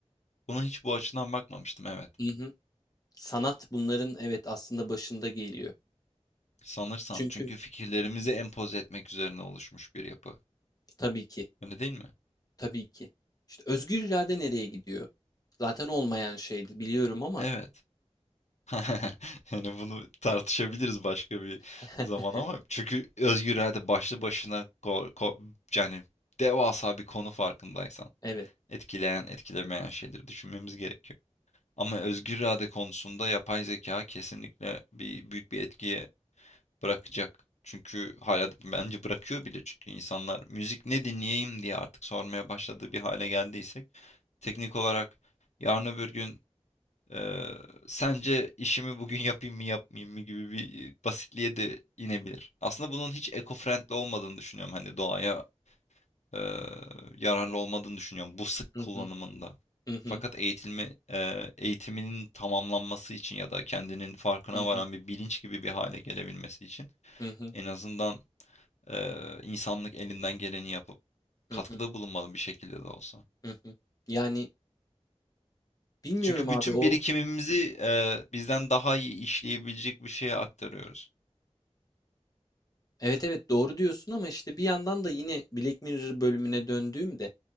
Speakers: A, on the left; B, on the left.
A: Buna hiç bu açıdan bakmamıştım, evet.
B: Hı hı. Sanat bunların evet aslında başında geliyor.
A: Sanırsam
B: Çünkü
A: çünkü fikirlerimizi empoze etmek üzerine oluşmuş bir yapı.
B: tabii ki.
A: Öyle değil mi?
B: Tabii ki. İşte özgür irade nereye gidiyor? Zaten olmayan şeydi biliyorum ama
A: Evet. <laughs> Yani bunu tartışabiliriz başka bir
B: <laughs>
A: zaman ama çünkü özgür irade başlı başına ko- ko- yani devasa bir konu farkındaysan.
B: evet.
A: etkileyen, etkilemeyen şeyleri düşünmemiz gerekiyor. Ama özgür irade konusunda yapay zeka kesinlikle bir büyük bir etkiye bırakacak. Çünkü hala bence bırakıyor bile çünkü insanlar müzik ne dinleyeyim diye artık sormaya başladığı bir hale geldiysek teknik olarak yarın öbür gün eee, sence işimi bugün yapayım mı yapmayayım mı gibi bir basitliğe de inebilir. Aslında bunun hiç eco-friendly olmadığını düşünüyorum hani doğaya eee, yararlı olmadığını düşünüyorum bu sık
B: Hı
A: kullanımında.
B: hı, hı hı,
A: Fakat eğitilme, eee, eğitiminin tamamlanması için ya da kendinin farkına
B: hı
A: varan
B: hı,
A: bir bilinç gibi bir hale gelebilmesi için
B: hı hı,
A: en azından eee, insanlık elinden geleni yapıp katkıda
B: hı hı,
A: bulunmalı bir şekilde de olsa.
B: hı hı. Yani bilmiyorum
A: Çünkü
B: abi
A: bütün
B: o
A: birikimimizi eee, bizden daha iyi işleyebilecek bir şeye aktarıyoruz.
B: evet evet doğru diyorsun ama işte bir yandan da yine Black Mirror bölümüne döndüğümde